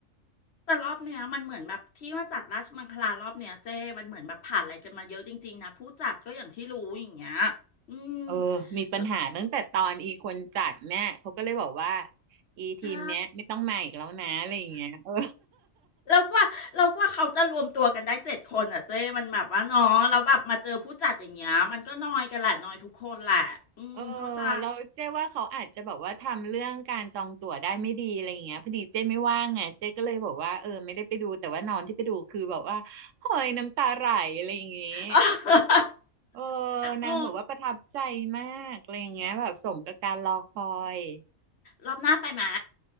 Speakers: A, on the left; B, on the right.
A: แต่รอบเนี้ยมันเหมือนแบบที่ว่าจัดราชมังคลารอบเนี้ยเจ้มันเหมือนแบบผ่านอะไรกันมาเยอะจริงๆนะผู้จัดก็อย่างที่รู้อย่างเงี้ยอืม
B: เออมีปัญหาตั้งแต่ตอนอีคนจัดเนี่ยเขาก็เลยบอกว่า
A: ก็
B: อีทีมเนี้ยไม่ต้องมาอีกแล้วนะอะไรอย่างเงี้ยเออ
A: ใช่แล้วกว่าแล้วกว่าเขาจะรวมตัวกันได้เจ็ดคนอ่ะเจ้มันแบบว่าเนาะแล้วแบบมาเจอผู้จัดอย่างเงี้ยมันก็น้อยกันแหละน้อยทุกคนแหละอืมเข้าใจ
B: เออแล้วเจ๊ว่าเขาอาจจะแบบว่าทำเรื่องการจองตั๋วได้ไม่ดีอะไรอย่างเงี้ยพอดีเจ๊ไม่ว่างไงเจ๊ก็เลยบอกว่าเออไม่ได้ไปดูแต่ว่าน้องที่ไปดูคือแบบว่าโหยน้ำตาไหลอะไรอย่างเงี้ย
A: <laughs>
B: เออนางบอกว่าประทับใจมากอะไรอย่างเงี้ยแบบสมกับการรอคอย
A: โอ้รอบหน้าไปหมา